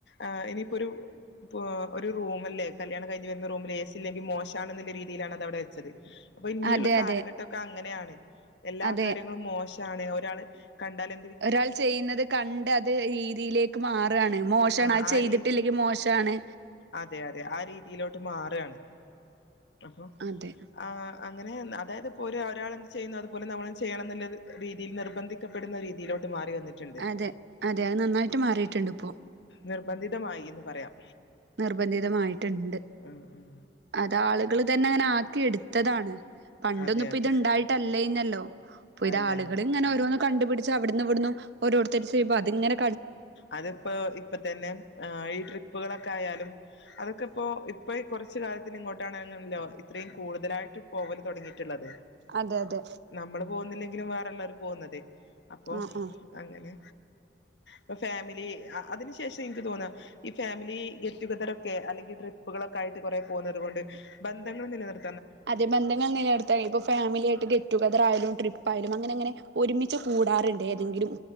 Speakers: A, on the left (about 80°); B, on the right (about 75°).
A: ആഹ് എനിപ്പൊരു പ്പൊ ഒരു റൂമല്ലേ കല്യാണം കഴിഞ്ഞ് വരുന്ന റൂമിലെസി ല്ലെങ്കി മോശാണെന്നുള്ള രീതിയിലാണതവടെ വെച്ചത്. അപ്പൊ ഇന്നിള്ള
B: അതെ
A: കാലഘട്ടൊക്ക
B: അതെ
A: ങ്ങനെയാണ് എല്ലാ
B: അതെ
A: കാര്യങ്ങളും മോശ താണെ ഒരാള് കണ്ടാല്
B: ഒരാൾ ചെയ്യുന്നത് കണ്ട് അത് രീതിയിലേക്ക് മാറാണ് മോശാണ്
A: ആ
B: അഅ്
A: ആ
B: ചെയ്തിട്ടില്ലെങ്കി
A: രീതി
B: മോശാണ്
A: അതെ അതെ ആ രീതിയിലോട്ട് മാറാണ്. അപ്പൊ
B: അതെ
A: ആഹ് അങ്ങനെ അതായത് പ്പോ ഒര ഒരാളെന്ത് ചെയ്യുന്നു അതുപോലെ നമ്മളും ചെയ്യണം ന്നുള്ളൊരു രീതില് നിർബന്ധി ക്കപ്പെടുന്ന രീതിയിലോട്ട് മാറി വന്നി ട്ടിണ്ട്.
B: അതെ അതെ അത് നന്നായിട്ട് മാറിയിട്ടുണ്ട് ഇപ്പോ
A: നിർബന്ധിതമായി ന്ന് പറയാം.
B: നിർബന്ധിതമായിട്ട്ണ്ട്.
A: ഉം ഉം
B: അതാള് കള് തന്നെ ങ്ങനാക്കി എടുത്തതാണ് പണ്ടൊന്നുപ്പ
A: അതെ അതെ
B: ത്ണ്ടായിട്ടല്ലേയ്നല്ലോ. പ്പൊ ഇതാള്കള്
A: അല്ല അല്ല
B: ങ്ങനോരോന്ന് കണ്ടു പിടിച്ച് അവിടുന്നു വിട്ന്നു ഓരോരുത്തര് ചെയ്മ്പൊ അത്ങ്ങനെ
A: അതിപ്പോ ഇപ്പ തന്നെ അ ഈ ട്രിപ്പുകളൊക്കായാലും അതൊക്കെപ്പോ ഇപ്പയ് കൊറച്ച് കാലത്തിന്നിങ്ങോട്ടാണ് ങ്ങനല്ലോ ഇത്രയും കൂടുതലായിട്ട് പോവൽ തൊടങ്ങിട്ടുള്ളത്
B: അതെ അതെ
A: നമ്മള് പോകുന്നില്ലെങ്കിലും വേറെള്ളവർ പോകുന്നതെ അപ്പൊ
B: ആഹ് ആഹ്
A: അങ്ങനെ പ്പ ഫാമിലി അ അതിന് ശേഷം എനിക്ക് തോന്ന ഈ ഫാമിലി ഗെറ്റുഗദറൊക്കെ അല്ലെങ്കി ട്രിപ്പുകളൊക്കായിട്ട് കൊറെ പോന്നത് കൊണ്ട് ബന്ധങ്ങൾ നില നിർ
B: അതെ ബന്ധങ്ങൾ നിലട് ത്ത ഇപ്പോ ഫാമിലിയായിട്ട് ഗെറ്റ് ടുഗെതറായാലും ട്രിപ്പായാലും അങ്ങനെ അങ്ങനെ ഒരുമിച്ച് കൂടാറുണ്ടേതെങ്കിലും